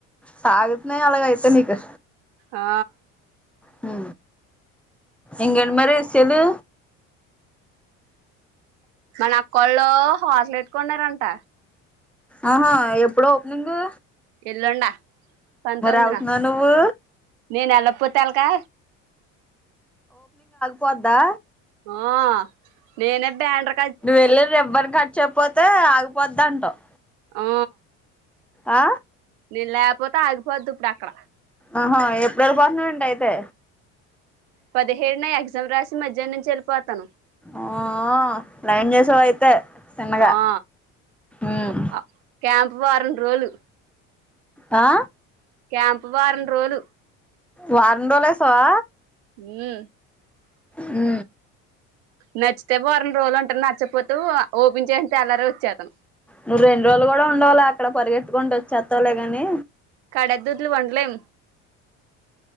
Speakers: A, in the centre; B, on the right.
A: సాగుతున్నాయి అలాగైతే నీకు
B: ఆ
A: హు ఇంగెంటి మరి చెదు
B: మన అక్కోలు హోట్లు ఎటుకున్నారంట
A: ఆహా ఎప్పుడో ఓపెనింగు
B: ఎల్లుండ పంతొమ్మిదిన
A: వెళ్తున్నావు నువ్వు
B: నేను ఏళ్లకపోతే ఎలాగ
A: పోద్దా
B: ఆ నేనే బ్యానరు
A: నువు ఏళ్లి రిబన్ కట్ చేయపోత్ తే ఆగిపోతుదాంటావ్
B: ఆ
A: ఆ
B: నీ లేపోతే ఆగిపోంది ఇప్పుడు అక్కడ
A: ఆహా ఎపుడు ఎలపొంతున్నావ్ ఏంటి అయితే
B: పదిహేడున ఎగ్జామ్ రాసి మధ్యా నుంచి వెళ్ళిపోతాను
A: ఆ ఆ లైన్ చేసావ్ అయితే చిన్నగా
B: ఆ
A: ఉమ్
B: ఓ ఆ క్యామ్ వారం రోలు
A: ఆ
B: క్యాంపు వారం రోజులు
A: వారోలు ఏసావా
B: ఉహు
A: హు
B: నచ్చితే వారం రోజులు ఉంటాను నచ్చపోతే వా ఓపెన్ చేసిన తెల్లరే వచ్చేస్తాను
A: నువు రెండు రోజులు కూడా ఉండవులేగా అక్కడ పరిగెంతుకుంటూ వచ్చేస్తావలే గాని
B: డెదుడ్లు వండు లేం